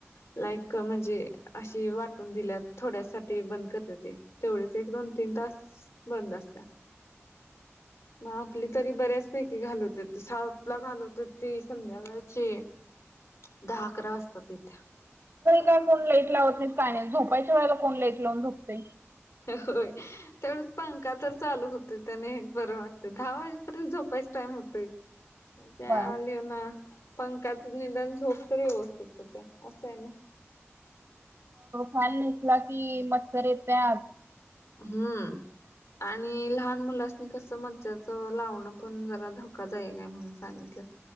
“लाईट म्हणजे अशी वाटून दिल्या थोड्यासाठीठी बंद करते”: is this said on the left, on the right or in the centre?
Left